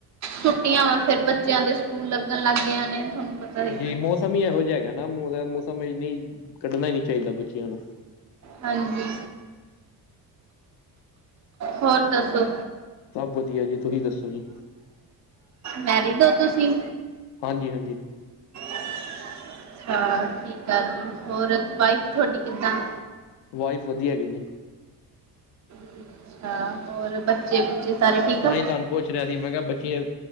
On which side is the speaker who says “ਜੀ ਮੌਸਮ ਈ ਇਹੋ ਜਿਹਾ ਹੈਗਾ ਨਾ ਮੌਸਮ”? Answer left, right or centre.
Left